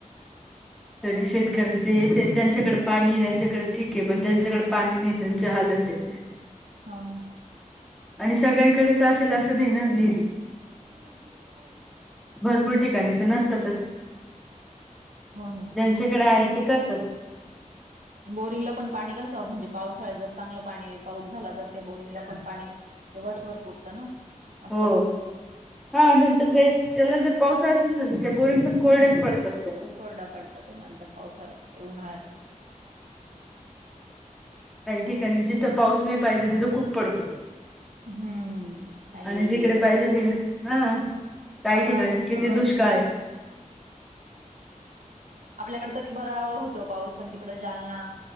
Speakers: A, in the centre; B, on the right.
A: तरी शेतकऱ्यांचे हेच आहे ज्यांच्याकड पाणी त्यांच्याकड ठीक आहे पण ज्यांच्याकड पाणी नाही त्यांचे हालच आहे.
B: हा ना.
A: आणि सगळ्यांकडेच असेल असं नाही ना विहिरी.
B: <unintelligible>
A: भरपूर ठिकाणी तर नसतातच.
B: हो ना
A: ज्यांच्याकडे आहेत ते करतात.
B: बोरिंगला पण पाणी कसं, म्हणजे पावसाळ जर चांगलं पाणी पाऊस झाला तर ते बोरिंगला पण पाणी ते वर्षभर पुरतं ना. असं
A: हो
B: असतं
A: हा नंतर नायच त्याला जर पावसाळाचं नसलं तर ते बोरिंग पण
B: हम्म
A: कोरडेच पडतात त्या
B: कोरडा पडतं ते नंतर पावसाळ्यात ते उन्हाळत
A: काही ठिकाणी जिथं पाऊस नाही पाहिजे तिथं खूप पडतो.
B: हम्म नाही
A: आणि
B: येईल
A: जिकडे
B: येईल आता
A: पाहिजे
B: आपल्याकडे
A: ति हा काही
B: आपण
A: ठिकाणी
B: असंच
A: किती दुष्काळये.
B: आपल्याकड तरी बरा होत पाऊस पण तिकड जालना